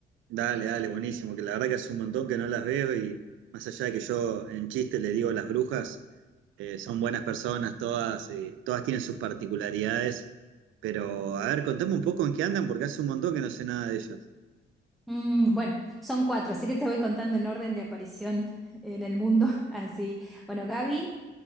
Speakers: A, on the right; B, in the centre.
A: Dale, dale, buenísimo, que la verdad que hace un montón que no las veo y más allá de que yo en chiste le digo las brujas, eh, son buenas personas todas, y todas tienen sus particularidades, pero a ver, contame un poco en qué andan porque hace un montón que no sé nada de ellas.
B: Mm, bueno, son cuatro, así que te voy contando en orden de aparición en el mundo. <laughs> Así, bueno, Gaby,